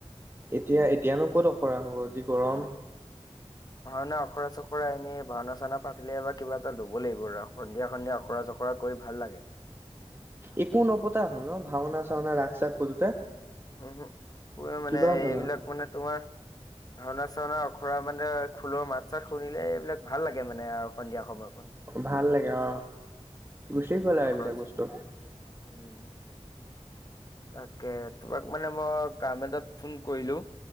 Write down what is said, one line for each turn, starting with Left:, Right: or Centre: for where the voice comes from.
Right: এতিয়া এতিয়ানো ক'ত আখৰা হ'ব যি গৰম
Left: ভাওনা আখৰা চখৰা এনেই ভাওনা চাওনা পাতিলে এবাৰ কিবা এটা ল'ব লাগিব আৰু সন্ধিয়া সন্ধিয়া আখৰা চখ ৰাকৈ ভাল লাগে
Right: একো নপতা হল ন ভাওনা চাওনা ৰাখ চাখ কৰোতে
Left: উহো পুৰা মানে
Right: কিবা
Left: এইবিলাক
Right: হ'লা?
Left: মানে তোমাৰ ভাওনা চাওনা অখৰা মানে খোলৰ মাত চাত শুনিলে এইবিলাক ভাল লাগে মানে আৰু সন্ধিয়া সময়ত
Right: ভাল লাগে অ
Left: উম
Right: গুচি গল
Left: আখৰা
Right: আৰু এইবিলাক বস্তু
Left: উম তাকে তোমাক মানে মই কাম এটাত ফোন কৰিলো